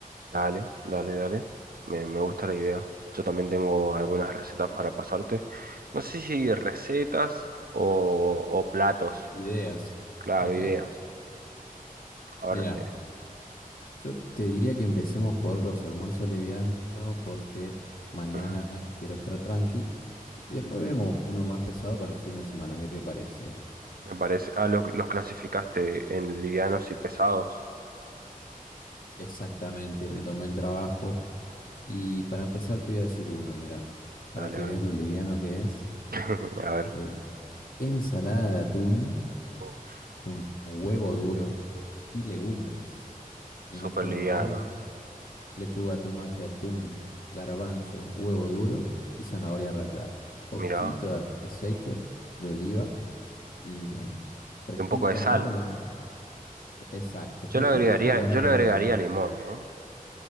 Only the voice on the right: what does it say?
Dale, dale, dale. Me, me gusta la idea. Yo también tengo algunas recetas para pasarte. No sé si recetas o, o platos.
Claro,
ideas. A ver,
eh,
ujú.
me parece. Ah, los, los clasificaste en livianos y pesados.
Dale,
a
ver.
<laughs> A ver.
Uf,
súper
liviano.
Mira,
Y un poco de sal.
Yo le agregaría,
yo
le agregaría limón, ¿eh?